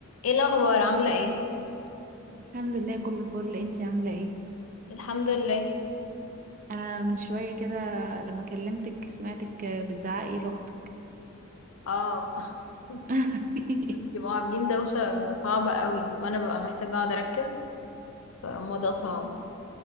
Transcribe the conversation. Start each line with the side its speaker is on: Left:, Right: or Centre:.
Left: ايه الاخبار عامله ايه
Right: الحمد لله كله فل انتي عاملة ايه
Left: الحمد لله
Right: انا من شوية كده لما كلمتك سمعتك بتزعقي لاختك
Left: اه <laughs>
Right: <laughs>
Left: بيبقوا عاملين دوشه صعبه قوي وانا ببقى محتاجه اقعد اركز فالموضوع صعب